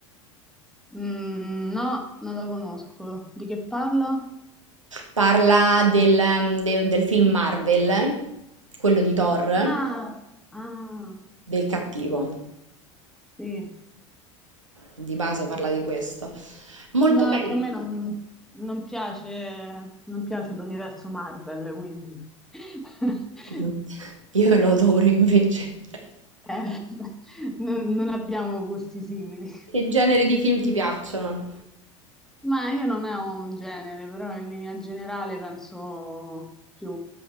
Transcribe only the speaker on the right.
Parla del, ehm, de- del film Marvel, quello di Thor,
del cattivo.
Di base parla di questo. Molto
carino.
<laughs> Io lo adoro invece.
Che genere di film ti piacciono?